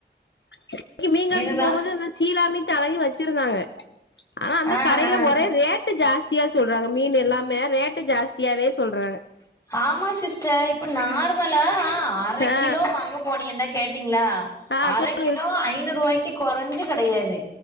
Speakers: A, on the left; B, on the left.
A: இன்னைக்கி மீன் கடைக்கு
B: இதுதா
A: போம்போது இந்த சீலாமீன் தலையு வச்சிருந்தாங்க ஆனா அந்த
B: ஆ
A: கடையில
B: ஆ
A: ஒரே ரேட்டு ஜாஸ்தியா சொல்றாங்க மீனு எல்லாமே ரேட்டு ஜாஸ்தியாவே சொல்றாங்க
B: ஆமா சிஸ்டர் இப்ப நார்மலா அர
A: ஆ
B: கிலோ வாங்க போனியேண்டா கேட்டி ங்களா
A: ஆ
B: அர
A: சொல்
B: கிலோ ஐநூறு ரூவாய்க்கு கொறஞ்சு கெடையாது